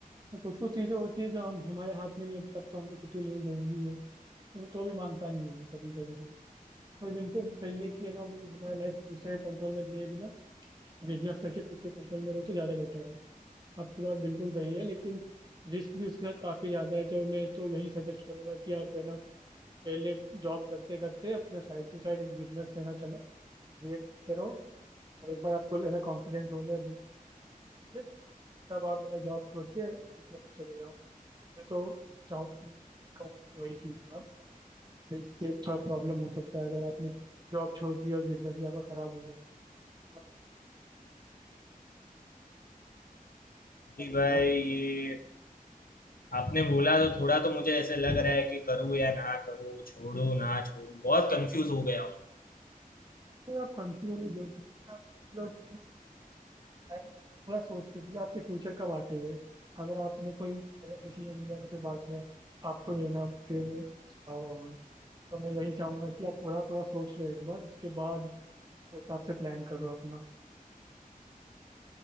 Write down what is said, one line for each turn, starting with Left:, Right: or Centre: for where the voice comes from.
Right: तो कुछ कुछ चीज़ें होती है जो हम हमारे हाथ में नहीं होती तब तो हमको छुट्टी लेनी जरूरी है तो वो तो भी मानता नहीं है वो कभी कभी तो तो ये बिल्कुल सही है कि है ना वो हमारा लाइफ दूसरे कंट्रोल में दिए बिना बिजनेस करके खुद के कंट्रोल में रहो तो ज़्यादा बेटर है आपकी बात बिल्कुल सही है लेकिन रिस्क भी उसके साथ काफ़ी ज़्यादा है तो मैं तो यही सजेस्ट करूंगा कि आप है ना पहले जॉब करते करते अपने साइड टू साइड एक बिजनेस लेना चला क्रिएट करते रहो और एक बार आपको लेना कॉन्फिडेंस हो जाए बिजनेस पे तब आप मेरा जॉब छोड़ के बिजनेस पे चले जाओ मैं तो चाहूँ ये ये कहूंगा कि वही कीजिए आप नहीं तो फिर थोड़ा प्रॉब्लम हो सकता है अगर आपने जॉब छोड़ दी और बिजनेस भी आपका खराब हो गया है ना? क्या
Left: जी
Right: कहते
Left: भाई
Right: हो आप?
Left: ये आपने बोला तो थोड़ा तो मुझे ऐसे लग रहा है कि करूँ या ना करूँ छोड़ू ना छोड़ू बहुत कंफ्यूज हो गया हूँ
Right: तो आप कंटिन्यू नहीं जो आप लोग टाइम पूरा सोच के कीजिए आपके फ्यूचर कब आके ही है अगर आपने कोई गलत डिसीजन लिया तो फिर बाद में आपको ये ना फिर पछतावा होगा तो मैं यही चाहूंगा कि आप पूरा पूरा सोच लो एक बार उसके बाद उसके हिसाब से प्लान करो अपना